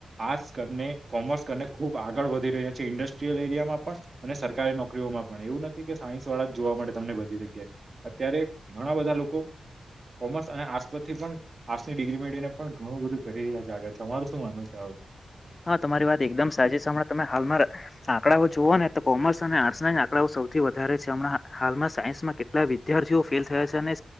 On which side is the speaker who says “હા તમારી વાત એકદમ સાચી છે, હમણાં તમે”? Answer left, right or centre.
Left